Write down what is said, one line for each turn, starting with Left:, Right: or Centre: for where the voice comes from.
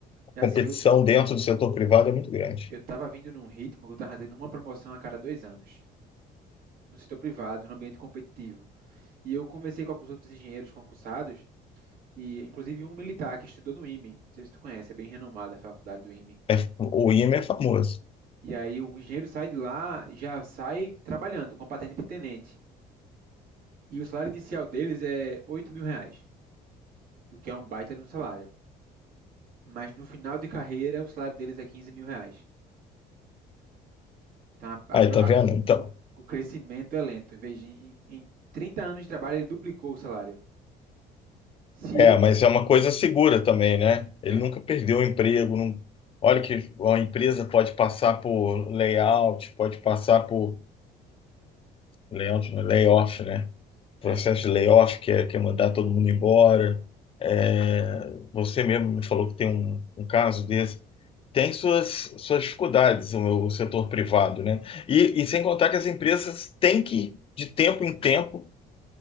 Right: É
Left: competição
Right: assim, eu,
Left: dentro do setor privado é muito grande.
Right: eu tava vindo num ritmo que eu tava tendo uma promoção a cada dois anos, no setor privado, no ambiente competitivo. E eu conversei com alguns outros engenheiros concursados, e inclusive um militar que estudou no IME, não sei se tu conhece, é bem renomada a faculdade do IME.
Left: É, o IME é famoso.
Right: E aí o engenheiro sai de lá, já sai trabalhando com a patente de tenente. E o salário inicial deles é oito mil reais, o que é um baita de um salário. Mas no final de carreira, o salário deles é quinze mil reais. Tá? A-
Left: Aí, tá vendo?
Right: a-
Left: Então.
Right: o, o crescimento é lento. Em vez de, em, em 30 anos de trabalho, ele duplicou o salário. Se
Left: É,
Right: eu.
Left: mas é uma coisa segura também, né? Ele
Right: É,
Left: nunca perdeu o emprego. Não... Olha que uma empresa pode passar por layout, pode passar por layout, não, layoff, né? Processo
Right: é.
Left: de layoff, que é, que é mandar todo mundo embora. É, você mesmo me falou que tem um, um caso desse. tem suas, suas dificuldades, o, o setor privado, né? E, e sem contar que as empresas têm que, de tempo em tempo,